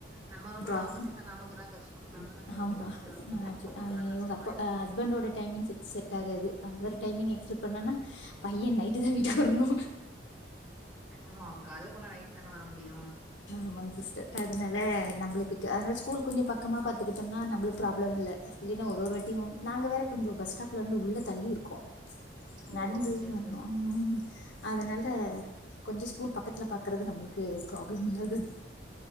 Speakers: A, on the right; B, on the left.
A: நம்ம ரொம்ப
B: ப்ராகு
A: லாங்கா சேத்தா நமக்கு தா கஷ்ட நம்ம தா போய் விட்டுட்டு
B: ஆமா
A: கூட்டு வரணு
B: அச்சு
A: அதா கஷ்டமாயிரு
B: இவங்க அப்பா அ ஹஸ்பண்டோட டைமிங்ஸு செட் ஆகாது அவரு டைமிங் எக்செப்ட் பண்ணனா பையன் நைட்டுதா வீட்டுக் வரணு
A: ஆமா அவ கால்ல போனா நைட்டு தான வர முடியு
B: ஆமங்க சிஸ்டர் அதனால நம்பளுக்கு அதனால ஸ்கூல் கொஞ்சோ பக்கமா பாத்துக்கிட்டோம்னா நம்மளுக்கு ப்ராப்ளம் இல்ல இல்லன்னா ஒரு ஒரு வாட்டியு நாங்க வேற கொஞ்சோ பஸ் ஸ்டாப்ல இருந்து உள்ள தள்ளி இருக்கோ
A: ஓ
B: நடந்தது
A: செரி
B: வரணு
A: செரி
B: ம் அதனால கொஞ்சோ ஸ்கூல் பக்கத்துல பாக்குறது நம்மளுக்கு ப்ராப்ளம் இல்லாதது